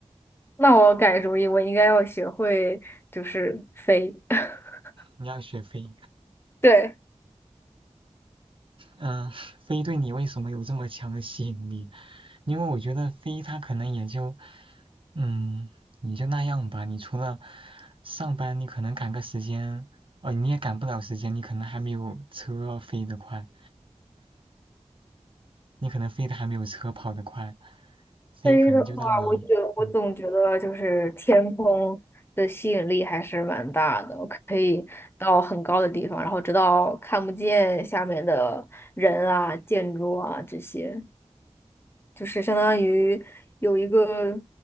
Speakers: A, on the left; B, on the right.
A: 那我改主意，我应该要学会就是飞。<laughs>
B: 你要学飞，
A: 对。
B: 嗯，飞对你为什么有这么强的吸引力？因为我觉得飞它可能也就，嗯，你就那样吧。你除了上班，你可能赶个时间，哦，你也赶不了时间，你可能还没有车飞得快，你可能飞得还没有车跑得快。飞可能就让你，
A: 飞的话，我觉我总觉得就是天空的吸引力还是蛮大的，
B: 嗯，
A: 我可以到很高的地方，然后直到看不见下面的人啊、建筑啊这些，就是相当于有一个